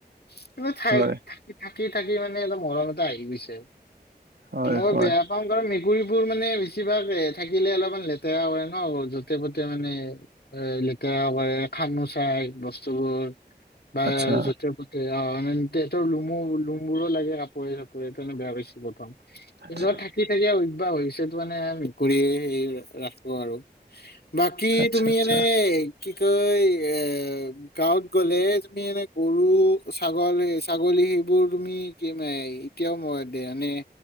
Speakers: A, on the left (about 65°); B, on the right (about 75°).
A: কিবা থা-থাকি,
B: হয়
A: থাকি, থাকি মানে অলপ মৰম এটা আহি গৈছে।
B: হয়
A: মই
B: হয়
A: বেয়া পাও কাৰন মেকুৰীবোৰ মানে বেছিভাগ এ, থাকিলে অলপ ইমান লেতেৰা হয় ন' যতে পতে মানে এ, লেতেৰা হয়। খামোচাই বস্ত স্তু বোৰ বা
B: আচ্ছা
A: যতে ত তে তেহেতৰ লোমো লোম বোৰো লাগে কাপোৰে-চাপোৰে ত' মানে বেয়া পাইছিলোঁ প্ৰথমতে। কিন্ত
B: আচ্ছা
A: থাকি, থাকি অভ্যাস হৈ গৈছে, সেইতো কাৰণে মেকুৰী হেৰি ৰাখোঁ আৰু। বাকী
B: আচ্ছা
A: তুমি
B: আচ্ছা
A: এনেই কি কয় এ এ, গাঁৱত গ'লে তুমি এনে গৰু, ছাগলী ছাগ গলি সেইবোৰ তুমি কি মে এতিয়াও মই দে নে